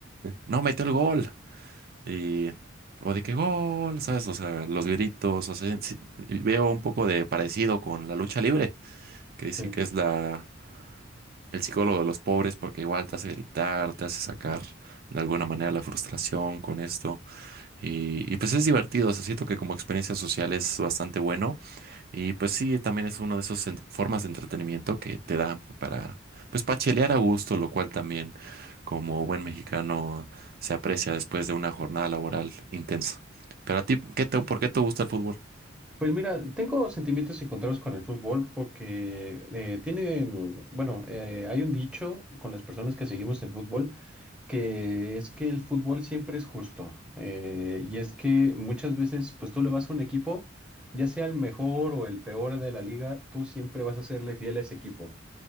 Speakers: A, on the right; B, in the centre.
A: no metió el gol. Y, o de que gol, ¿sabes? O sea, los gritos, o sea, sí, y veo un poco de parecido con la lucha libre, que dicen
B: Sí.
A: que es la, el psicólogo de los pobres porque igual te hace gritar, te hace sacar de alguna manera la frustración con esto. Y, y, pues es divertido, o sea, siento que como experiencia social es bastante bueno y pues sí, también es una de esas en- formas de entretenimiento que te dan para, pues para chelear a gusto, lo cual también como buen mexicano se aprecia después de una jornada laboral intensa. Pero a ti, ¿qué te, por qué te gusta el fútbol?
B: Pues mira, tengo sentimientos encontrados con el fútbol porque eh, tienen, bueno, eh, hay un dicho con las personas que seguimos el fútbol que es que el fútbol siempre es justo. eh, y es que muchas veces, pues tú le vas a un equipo, ya sea el mejor o el peor de la liga, tú siempre vas a serle fiel a ese equipo.